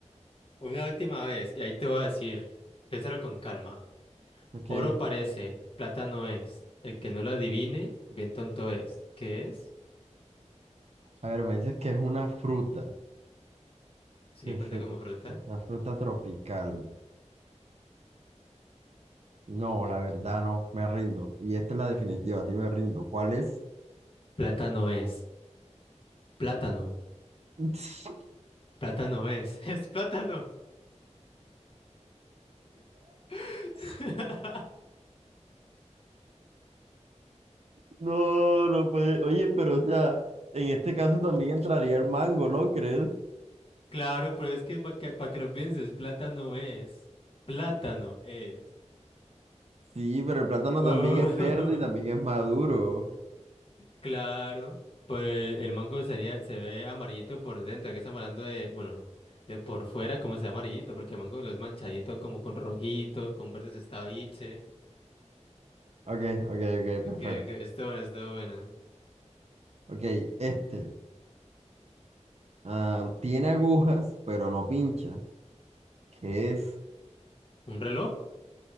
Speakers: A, on the left; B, on the right.
A: Una última vez, y ahí te voy a decir, piénsalo con calma.
B: Ok.
A: Oro parece, plata no es. El que no lo adivine, bien tonto es. ¿Qué es?
B: A ver, me dices que es una fruta.
A: Sí,
B: Perfecto.
A: cuenta como fruta.
B: Es una fruta tropical. No, la verdad no, me rindo. Y esta es la definitiva, sí me rindo. ¿Cuál es?
A: Plátano es. Plátano.
B: <laughs>
A: Plátano es. <laughs> Es plátano. <laughs>
B: No, no puede. Oye, pero o sea, en este caso también entraría el mango, ¿no crees?
A: Claro, pero es que para que, pa' que lo pienses, plátano es. Plátano es.
B: Sí, pero el plátano
A: Oh.
B: también es verde y también
A: <laughs>
B: es maduro.
A: Claro, pues el mango sería, se ve amarillito por dentro, que estamos hablando de, bueno, de por fuera como se ve amarillito, porque el mango lo es manchadito como con rojito, con verdes estaviche,
B: Ok, ok, ok, perfecto.
A: que, que esto bueno, esto bueno.
B: Ok, este. ah, tiene agujas, pero no pincha. ¿Qué es?
A: ¿Un reloj?